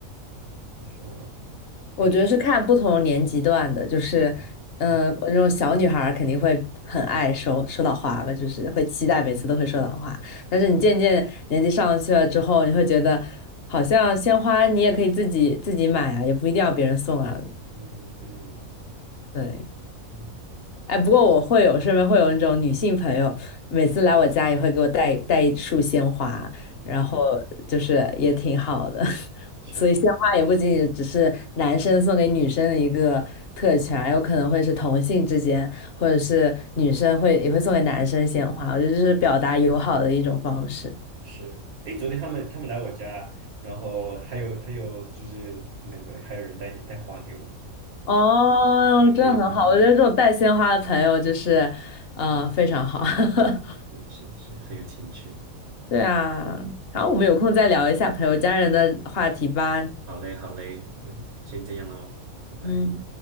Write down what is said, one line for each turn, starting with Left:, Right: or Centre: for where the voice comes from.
Right: 就是说，
Left: 我觉得是看不同年级段的，
Right: 可能，
Left: 就是，嗯、
Right: 嗯
Left: 呃那种小女孩儿肯定会很爱收收到花吧，就是会期待每次都会收到花。
Right: 嗯
Left: 但是你渐渐年纪上去了之后，你会觉得好像鲜花你也可以自己自己买啊，也不一定要别人送啊。
Right: 嗯嗯
Left: 对，
Right: 嗯
Left: 哎，不过我会有身边会有那种女性朋友，每次来我家也会给我带带一束鲜花，
Right: 嗯，
Left: 然后就是也挺好的。<laughs>
Right: 是
Left: 所以鲜花也不仅仅只是男生送给女生的一个特权，有可能会是同性之间，或者是女生会也会送给男生鲜花。我觉得这是表达友好的一种方式。
Right: 是，哎，昨天他们他们来我家，然后还有还有就是那个还有人带带花给我，
Left: 哦，
Right: 嗯，
Left: 真的很好，
Right: 也挺好的，
Left: 我觉得这种带鲜花的朋友就是，呃，非常好。<laughs>
Right: 是是是很有情趣。
Left: 对啊，好，我们有空再聊一下朋友家人的话题吧。
Right: 好嘞，好嘞，嗯，先这样喽，拜拜。
Left: 嗯。